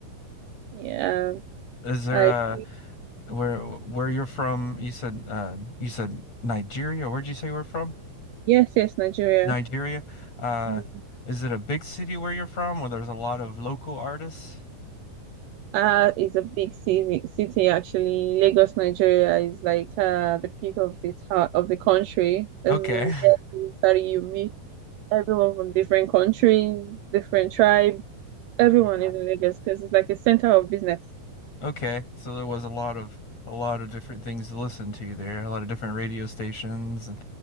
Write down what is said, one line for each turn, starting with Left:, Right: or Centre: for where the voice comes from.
Right: Yeah,
Left: <laughs> Is there
Right: I agree.
Left: uh where where you're from? You said uh you said Nigeria. Where'd you say you we're from?
Right: Yes, yes, Nigeria.
Left: Nigeria. Uh
Right: Mm.
Left: is it a big city where you're from where there's a lot of local artists?
Right: Uh, is a big city, city actually. Lagos, Nigeria is like uh the peak of the town of the country. It's
Left: Okay. <laughs>
Right: very unique. Everyone from different countries, different tribe, Everyone
Left: Uh,
Right: is in Lagos because it's like a center of business.
Left: okay. So there was a lot of a lot of different things to listen to there, a lot of different radio stations and